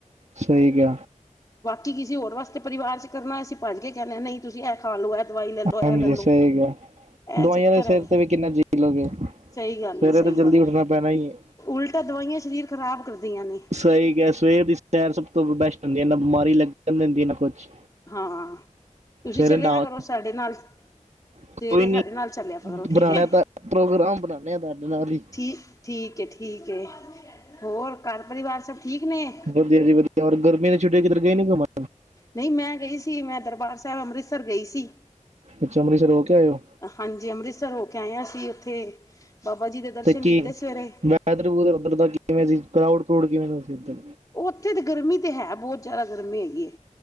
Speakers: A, on the right (about 60°); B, on the left (about 25°).
A: ਸਹੀ ਕਿਹਾ,
B: ਕੀ ਕਿਸੇ ਹੋਰ ਵਾਸਤੇ ਪਰਿਵਾਰ ਚ ਕਰਨਾ, ਅਸੀਂ ਭੱਜ ਕੇ ਕਹਿਣੇਦੇ ਨਹੀਂ ਤੁਸੀਂ ਇਹ ਖਾ ਲੋ ਦਵਾਈ ਲੈਲੋ ਐ
A: ਹਾਂਜੀ
B: ਲੈਲੋ
A: ਸਹੀ ਕਿਹਾ
B: ਇਹ
A: ਦਵਾਈਆਂ
B: ਚੱਕਰ
A: ਦੇ ਸਿਰ
B: ਹੈਗਾ,
A: ਤੇ ਵੀ ਕਿੰਨਾ ਜੀ ਲੋਗੇ
B: ਸਹੀ ਗੱਲ
A: ਸਵੇਰੇ
B: ਸਹੀ
A: ਤਾਂ ਜਲਦੀ
B: ਗੱਲ ਹੈ
A: ਉੱਠਣਾ ਪੈਣਾ ਹੀ ਹੈ
B: ਉਲਟ- ਤਾਂ ਦਵਾਈਆਂ ਸਰੀਰ ਖ਼ਰਾਬ ਕਰਦੀਆਂ ਨੇ
A: ਸਹੀ ਕਿਹਾ ਹੈ, ਸਵੇਰ ਦੀ ਸੈਰ ਸਭ ਤੋਂ ਬੈਸਟ ਹੁੰਦੀ ਹੈ ਨਾ ਬਿਮਾਰੀ ਲੱਗਣ ਹੁੰਦੀ ਨਾ ਕੁਛ-
B: ਹਾਂ ਤੁਸੀਂ
A: ਸਵੇਰੇ
B: ਚਲਿਆ
A: ਨਾ
B: ਕਰੋ, ਸਾਡੇ ਨਾਲ। ਸਵੇਰੇ
A: ਕੋਈ ਨੀ
B: ਸਾਡੇ ਨਾਲ ਚੱਲਿਆ ਕਰੋ ਠੀਕ
A: ਬਣਾਣਾ
B: ਹੈ,
A: ਤਾਂ ਪ੍ਰੋਗਰਾਮ ਬਣਾਣੇ ਆ ਤੁਹਾਡੇ ਨਾਲ ਹੀ
B: ਠੀਕ-ਠੀਕ। ਠੀਕ ਏ, ਹੋਰ ਘਰ ਪਰਿਵਾਰ ਸਭ? ਠੀਕ ਨੇ।
A: ਵਧੀਆ ਜੀ ਵਧੀਆ, ਹੋਰ ਗਰਮੀ ਦੀ ਛੁੱਟੀਆਂ ਕਿਧਰ ਗਏ, ਨ ਘੁੰਮਨ।
B: ਨਹੀਂ ਮੈਂ ਗਈ ਸੀ, ਮੈਂ ਦਰਬਾਰ ਸਾਹਿਬ ਅੰਮ੍ਰਿਤਸਰ ਗਈ ਸੀ।
A: ਅੱਛਾ ਅੰਮ੍ਰਿਤਸਰ ਹੋ ਕੇ ਆਇਓ
B: ਹਾਂਜੀ ਅੰਮ੍ਰਿਤਸਰ ਹੋ ਕੇ ਆਏ, ਆਂ ਅਸੀ ਉੱਥੇ ਬਾਬਾ ਜੀ ਦੇ ਦਰਸ਼ਨ
A: ਤੇ ਕੀ
B: ਕੀਤੇ ਸਵੇਰੇ
A: ਵੈਦਰ ਵੂਦਰ ਉੱਧਰ ਦਾ ਕਿਵੇਂ ਸੀ, ਕਰਾਊਡ-ਕੁਰਾਊਡ ਕਿਵੇਂ ਦਾ ਸੀ ਉੱਧਰ।
B: ਉਹ ਉੱਥੇ ਤਾਂ ਗਰਮੀ ਤੇ ਹੈ ਬਹੁਤ ਜ਼ਿਆਦਾ ਗਰਮੀ ਹੈਗੀ ਏ,